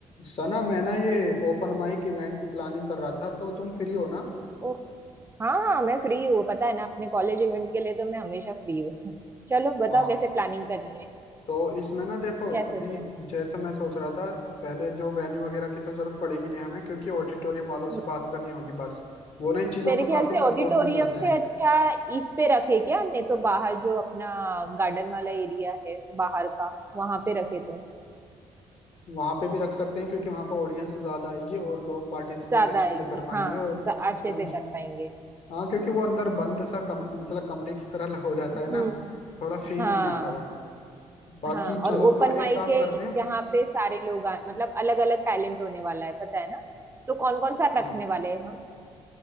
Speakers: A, on the left; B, on the right.
A: सना मैं ना ये ओपन माइक इवेंट प्लानिंग कर रहा था तो तुम फ्री हो ना
B: ओहो हाँ हाँ मैं फ्री हूँ पता है ना अपने कॉलेज इवेंट के लिए तो मैं हमेशा फ्री हूँ <laughs> चलो बताओ
A: हाँ
B: कैसे प्लानिंग करनी है
A: तो इसमें ना देखो
B: क्या
A: अभी
B: सोचा है
A: जैसे मैं सोच रहा था पहले जो वेन्यू वगैरह की तो जरूरत पड़ेगी नहीं हमें क्योंकि ऑडिटोरियम वालों से
B: हम्म।
A: बात करनी होगी बस वो ना इन चीज़ों
B: मेरे
A: को
B: ख्याल
A: काफ़ी
B: से
A: सपोर्ट
B: ऑडिटोरियम
A: भी करते हैं
B: से अच्छा इस पे रखे क्या नहीं तो बाहर जो अपना गार्डन वाला एरिया है बाहर का वहां पे रखे तो
A: वहाँ पे भी रख सकते हैं क्योंकि वहाँ पर ऑडियंस ज़्यादा आएगी और लोग पार्टिसिपेट
B: ज्यादा
A: अच्छे
B: आएगी
A: से कर पाएंगे
B: हाँ
A: और
B: ज- अच्छे
A: हाँ
B: से
A: ये-
B: कर पाएंगे
A: हाँ क्योंकि वो अंदर बंद सा कम मतलब कमरे की तरह हो जाता
B: हम्म
A: है ना थोड़ा फील
B: हाँ
A: नहीं आता वो बाकी
B: हाँ और
A: चलो
B: ओपन
A: तो
B: माइक
A: एक काम
B: है
A: करते हैं
B: जहाँ पे सारे लोग आ, मतलब अलग अलग टैलेंट होने वाला है पता है ना तो कौन कौन सा रखने
A: हाँ
B: वाले हैं